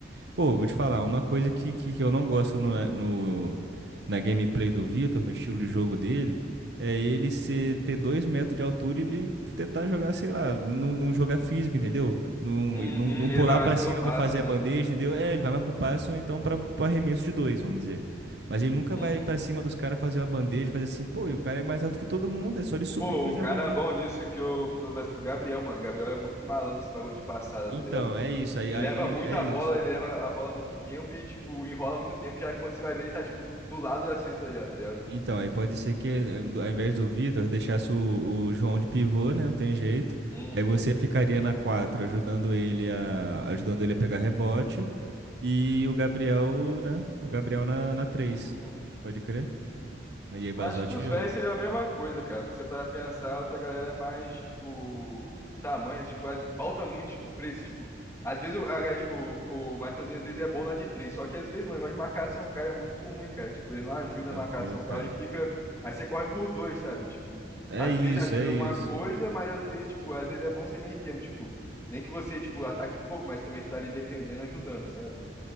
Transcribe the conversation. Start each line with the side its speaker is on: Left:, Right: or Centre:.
Right: Pô, vou te falar, uma coisa que, que, que eu não gosto no, na- no, na gameplay do Vitor, no estilo de jogo dele, é ele ser, ter dois metros de altura e ele tentar jogar, sei lá, não, não jogar físico, entendeu? Não,
Left: Uhum.
Right: não, não pular
Left: Ele vai mais
Right: pra
Left: pelo
Right: cima
Left: passe,
Right: pra fazer a
Left: né?
Right: bandeja, entendeu? É, ele vai mais pro passo, ou então pra, pro arremesso de dois, vamos dizer. Mas ele nunca
Left: Uhum.
Right: vai pra cima dos caras fazer uma bandeja, fazer assim, pô, e o cara é mais alto que todo mundo, é só ele subir
Left: Pô,
Right: e fazer
Left: um cara
Right: a bandeja.
Left: bom nisso que eu... que eu- O Gabriel, mano. O Gabriel é muito malandro nesse bagulho de passada,
Right: Então,
Left: tá ligado?
Right: é isso, aí,
Left: Ele
Right: aí
Left: leva muito
Right: é
Left: a
Right: isso.
Left: bola, ele leva a bola muito tempo e, tipo, enrola muito tempo. Já quando você vai ver, ele tá, tipo, do, do lado da cesta já, tá ligado?
Right: Então, aí pode ser que eh, do- ao invés do Vitor, deixasse o, o João de pivô, né? Não tem jeito.
Left: Uhum,
Right: Aí você ficaria na 4 ajudando ele a, ajudando ele a pegar rebote. E o Gabriel, né? O Gabriel na, na 3.
Left: uhum.
Right: Pode crer? Aí, aí Basotti
Left: Mas acho que com os
Right: e eu.
Left: velhos seria a mesma coisa, cara. Porque você para pensar, a outra galera é mais, tipo, tamanho, tipo, as- falta muito, tipo, preço, tipo, às vezes o- a galera, tipo, o Mateuzinho às vezes é bom na de três, só que às vezes, mano, o negócio de marcação, o cara é muito ruim, cara. Tipo, ele não ajuda
Right: É
Left: na marcação
Right: fogo, cara.
Left: e tal, e fica. Aí você corre por dois, sabe? Tipo,
Right: É
Left: às
Right: isso,
Left: vezes ajuda
Right: é isso.
Left: em uma coisa, mas às vezes, tipo, às vezes é bom ser meio termo, tipo, nem que você, tipo, ataque pouco, mas também você tá ali defendendo, ajudando, sabe?